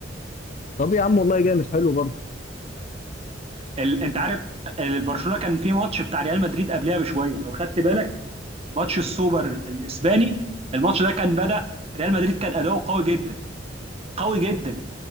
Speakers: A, on the left; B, on the right.
A: طب يا عم والله جامد حلو برضه
B: ال... انت عارف ال- برشلونه كان في ماتش بتاع ريال مدريد قبلها بشويه لو خدت بالك ماتش السوبر الاسباني الماتش ده كان بدأ ريال مدريد كان اداؤه قوي جدا قوي جدا